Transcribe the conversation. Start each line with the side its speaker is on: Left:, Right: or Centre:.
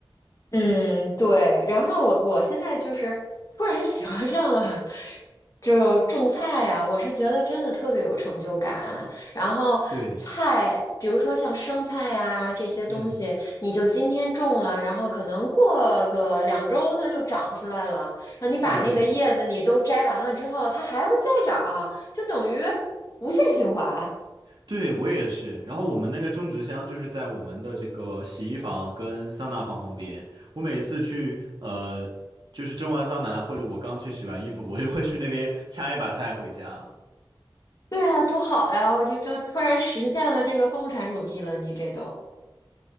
Left: 嗯，对。然后我我现在就是突然喜欢上了，就种菜呀、我是觉得真的特别有成就感。然后菜，
Right: 对。
Left: 比如说像生菜呀、这些东西，
Right: 嗯。
Left: 你就今天种了，然后可能过个两周它就长出来了。然后你把那个叶子你都摘完了之后，
Right: 对对对，
Left: 它还会再长，就等于无限循环。
Right: 对我也是。然后我们那个种植箱就是在我们的这个洗衣房跟桑拿房旁边。我每次去，呃，就是蒸完桑拿或者我刚去洗完衣服，我就会去那边掐一把菜回家。
Left: 对啊，多好呀！我就就突然实现了这个共产主义了，你这都。